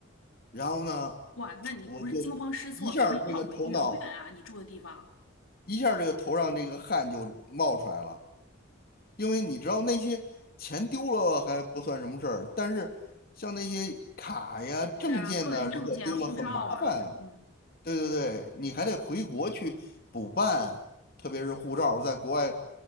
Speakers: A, on the left; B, on the left.
A: 然后呢，
B: 哇，那你不是惊慌失措，
A: 我就一下儿这个头脑，
B: 赶紧跑回，远不远啊？你住的地方？
A: 一下儿这个头上这个汗就冒出来了。因为你知道那些钱丢了还不算什么事儿，但是像那些卡呀、证件呢，
B: 是啊，个人证件啊护照啊，
A: 如果丢了很麻烦啊。
B: 嗯，
A: 对对对，你还得回国去补办，特别是护照在国外